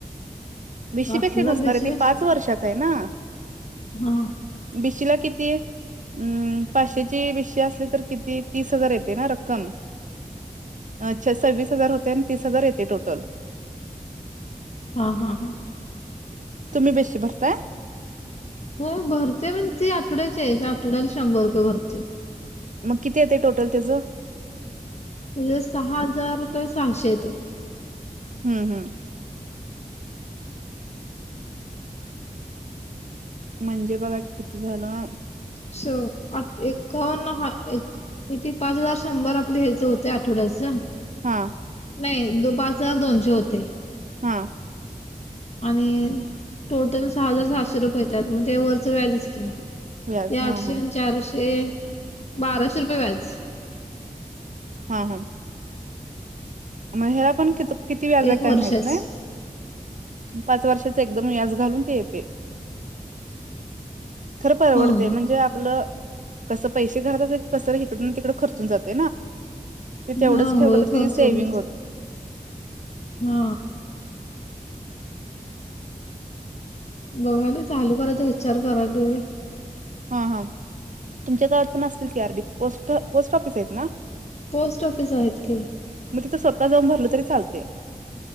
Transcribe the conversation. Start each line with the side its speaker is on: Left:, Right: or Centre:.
Right: भिशी
Left: असणार
Right: पेक्षा नसणार
Left: बिशीपेक्षा
Right: आहे ती पाच वर्षाच आहे ना
Left: हा
Right: भिशी ला किती ती अम् पाचशेची बेशी असली तर किती तीस हजार येते ना रक्कम अच्छा सव्वीस हजार होते आणि तीस हजार येते टोटल
Left: हा हा हा
Right: तुम्ही भिशी भरताय
Left: हो भरते पण ती आठवड्याची आहे आठवड्याला शंभर रुपये भरते.
Right: मग किती येत टोटल त्याचं
Left: म्हजे सहा हजार रुपये सहाशे येत्यात
Right: हम्म हम्म म्हणजे बघ किती झालं.
Left: स एन ह किती पाच हजार शंभर आपलं ह्याचं होत आठवड्याचं
Right: हा
Left: नाही दो पाच हजार दोनशे होते
Right: हा
Left: आणि टोटल सहा हजार सातशे रुपयेेतात मग वरचं व्याजच की ते
Right: व्याज हा
Left: आठशे
Right: हा
Left: आणि चारशे बाराशे रुपये व्याज.
Right: हा हा. मग ह्याला पण क किती व्याज आहे
Left: एक वर्षाच
Right: काय माहत नाही. पाच वर्षाचे एकदम व्याज घालून ते येते. खर परवडते
Left: ह ह
Right: म्हणजे आपलं कसं पैसे घरात असेल की कसं. त खर्चून जात तेवढंच
Left: हा
Right: ठेवलं
Left: होय खर्च
Right: सेंग
Left: होऊन जातो हा बघाला चालू करायचा विचार करायलय.
Right: हा हा तुमच्या गात पण असतील की आरडी पोस्ट ऑफिस आहेत ना.
Left: पोस्ट ऑफिस आ आहेत की.
Right: मग तिथं स्वतः जाऊन भरल तरी चालते.